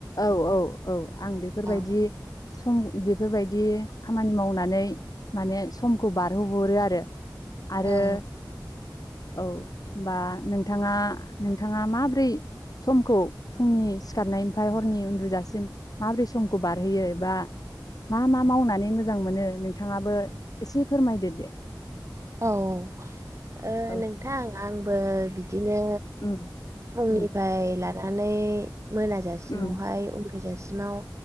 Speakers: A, on the left; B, on the right.
A: औ-औ-औ आं बेफोरबायदि
B: औ
A: सम बेफोरबायदि खामानि मावनानै माने समखौ बारहोहरो आरो। आरो
B: औ
A: औ बा नोंथाङा नोंथाङा माब्रै समखौ फुंनि सिखारनाय ओमफ्राय हरनि उन्दुजासिम माबोरै समखौ बारहोयो एबा मा मा मावनानै मोजां मोनो नोंथाङाबो एसे फोरमायदो दे।
B: औ औ ओ
A: औ
B: नोंथां आंबो बिदि बिदिनो
A: उम
B: फुंनिफ्राय
A: उम
B: लानानै मोना जासे सिवावहाय
A: उम
B: उनदुजासिमाव